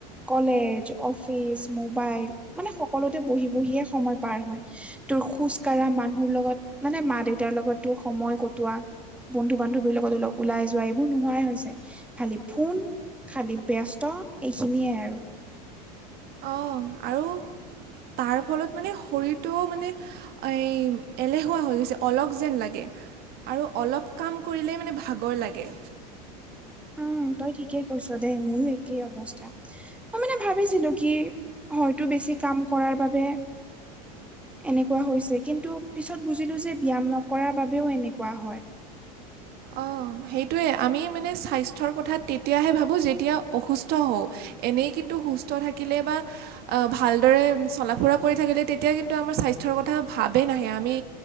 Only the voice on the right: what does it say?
অঁ আৰু তাৰ ফলত মানে শৰীৰটোও মানে এই এলেহুৱা হৈ গৈছে অল স যেন লাগে! আৰু অলপ কাম কৰিলেই মানে ভাগৰ লাগে!
অঁ সেইটোৱে আমি মানে স্বাস্থ্যৰ কথা তেতিয়াহে ভাবোঁ যেতিয়া অসুস্থ হওঁ। এনেই কিন্তু সুস্থ থাকিলে বা, অঁ, ভালদৰে চলা ফুৰা কৰি থাকিলে তেতিয়া কিন্তু আমাৰ স্বাস্থ্যৰ কথা ভাৱেই নাহে আমি,